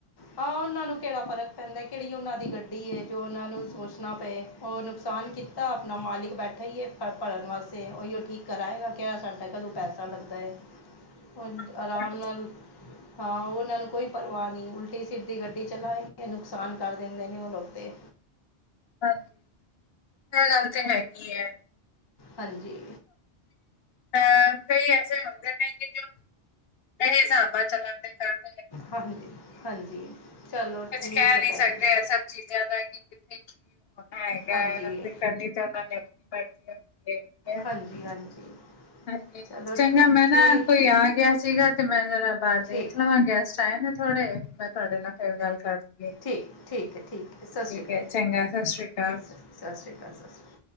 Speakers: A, on the left (about 30°); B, on the left (about 65°).
A: ਹਾਂ ਉਹਨਾਂ ਨੂੰ ਕਿਹੜਾ ਫਰਕ ਪੈਂਦਾ ਕਿਹੜੀ ਉਹਨਾਂ ਦੀ ਗੱਡੀ ਹੈ ਜੋ ਉਹਨਾਂ ਨੂੰ ਸੋਚਣਾ ਪਏ ਉਹ ਨੁਕਸਾਨ ਕੀਤਾ ਆਪਣਾ ਮਾਲਿਕ ਬੈਠੇ ਹੀਏ ਭਰਨ ਵਾਸਤੇ ਉਹੀਓ ਠੀਕ ਕਰਾਏਗਾ ਕਿਹੜਾ ਸਾਡਾਕਲ ਪੈਸਾ ਲੱਗਦਾ ਹੈ ਉਹ
B: ਹਾਂਜੀ-ਹਾਂਜੀ।
A: ਆਰਾਮ ਨਾਲ ਹਾਂ ਉਹ ਨਾਲ ਕੋਈ ਪਰਵਾਹ ਨਹੀਂ ਉਲਟੀ ਸੀਟ ਦੀ ਗੱਡੀ ਚਲਾਏ ਨੇ ਨੁਕਸਾਨ ਕਰ ਦਿੰਦੇ ਨੇ ਉਹ ਲੋਕ ਤੇ
B: ਹਾਂਜੀ ਇਹ ਗੱਲ ਤਾਂ ਹੈਗੀ ਹੈ
A: ਹਾਂਜੀ
B: ਅ ਕਈ ਐਸੇ ਹੁੰਦੇ ਨੇ ਕਿ ਜੋ ਇਹ ਹਿਸਾਬਾ ਚੱਲਣ ਦੇ ਕਾਰਨ
A: ਹਾਂਜੀ ਹਾਂਜੀ ਚਲੋ
B: ਕੁਛ
A: ਠੀਕ
B: ਕਹਿ
A: ਹੈ
B: ਨੀ
A: ਭੈਣ
B: ਸਕਦੇ
A: ਜੀ।
B: ਆ ਸਭ ਚੀਜ਼ਾਂ ਦਾ ਕਿ ਕਿੱਥੇ ਹੋਣਾ ਹੈਗਾ
A: ਹਾਂਜੀ
B: ਕਰਨੀ ਤੇ ਉਹਨਾਂ ਨੇ ਆਪਣੀ ਮਰਜ਼ੀ ਹੁੰਦੀ ਹੈਗੀ ਹੈ
A: ਹਾਂਜੀ ਹਾਂਜੀ
B: ਹਾਂਜੀ
A: ਚਲੋ
B: ਚੰਗਾ ਮੈਂ
A: ਠੀਕ
B: ਨਾ ਕੋਈ ਆ ਗਿਆ ਸੀਗਾ ਤੇ ਮੈਂਹਰਾ ਬਾਹਰ ਦੇਖ
A: ਠੀਕ
B: ਲਵਾਂ ਗੈਸਟ ਟ ਨੇ ਥੋੜੇ ਮੈਂ ਤੁਹਾਡੇ ਨਾਲ ਫੇਰ ਗੱਲ ਕਰ
A: ਠੀਕ, ਠੀਕ ਹੈ, ਠੀਕ ਹੈ, ਸਤਿ ਸ਼੍ਰੀ ਅਕਾਲ,
B: ਹੈ ਚੰਗਾ ਸਤਿ ਸ੍ਰੀ ਅਕਾਲ
A: ਸਤਿ ਸ਼੍ਰੀ ਅਕਾਲ, ਸਤਿ ਸ਼੍ਰੀ ਅਕਾਲ।